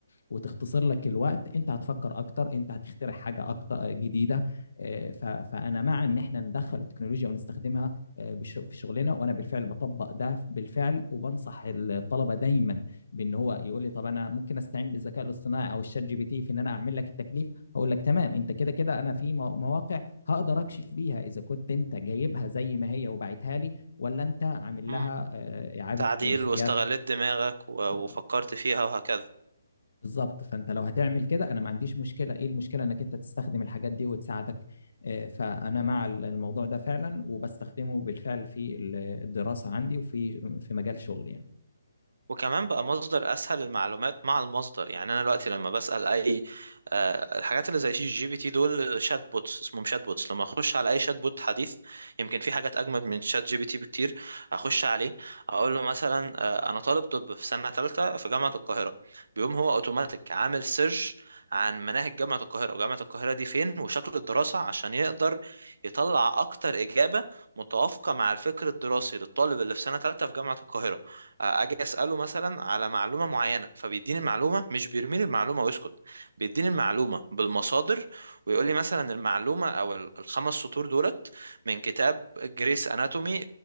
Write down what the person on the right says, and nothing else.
مم.
تعديل
واستغلت دماغك و-
وفكرت فيها وهكذا
وكمان بقى مصدر اسهل للمعلومات مع المصدر يعني انا دلوقتي لما بسال اي آه، الحاجات اللي زي شات جي بي تي دول شات بوتس اسمهم شات بوتس لما اخش على اي شات بوت حديث يمكن في حاجات اجمد من شات جي بي تي بكتير اخش عليه اقول له مثلا آه، انا طالب طب في سنه ثالثه في جامعه القاهره بيقوم هو اوتوماتيك عامل سيرش عن مناهج جامعة القاهرة وجامعة القاهرة دي فين وشكل الدراسة عشان يقدر يطلع أكتر إجابة متوافقة مع الفكر الدراسي للطالب اللي في سنة ثالثة في جامعة القاهرة اجي اساله مثلا على معلومه معينه فبيديني المعلومه مش بيرميني المعلومه ويسكت بيديني المعلومه بالمصادر ويقول لي مثلا المعلومه او ال- الخمس سطور دولت من كتاب جريس اناتومي